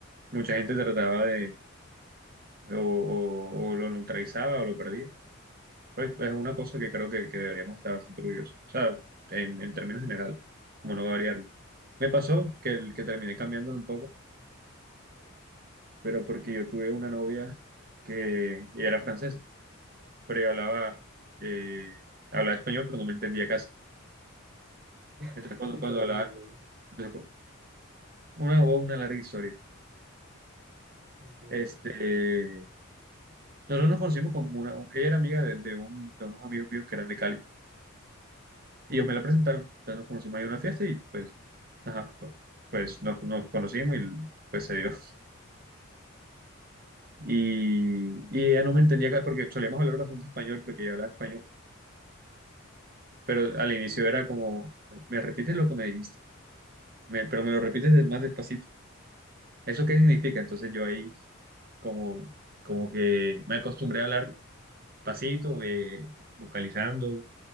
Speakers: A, on the right (about 45°); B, on the right (about 60°).
A: Mucha gente trataba de, o, o- o lo neutralizaba o lo perdía. Pues es una cosa que creo que, que deberíamos estar bastante orgullosos. O sea, en, en términos generales, como no variarlo. Me pasó que, el- que terminé cambiándolo un poco, pero porque yo tuve una novia que ella era francesa, pero ella hablaba, eh, hablaba español, pero no me entendía casi.
B: <laughs>
A: Entonces, cuando,
B: Y
A: cuando
B: cómo
A: hablaba,
B: se hicieron novios.
A: entonces, una, una larga historia.
B: Ok, ok.
A: Este. Nosotros nos conocimos con una, ella era amiga de, de un, de unos amigos míos que eran de Cali. Y ellos me la presentaron, entonces nos conocimos ahí en una fiesta y pues, ajá, pues nos, nos conocimos y pues se dio. Y, y ella no me entendía acá porque solíamos hablar bastante español porque ella hablaba español, pero al inicio era como, me repites lo que me dijiste, me- pero me lo repites
B: <laughs>
A: des- más despacito. ¿Eso qué significa? Entonces yo ahí como, como que me acostumbré a hablar pasito, eh, vocalizando,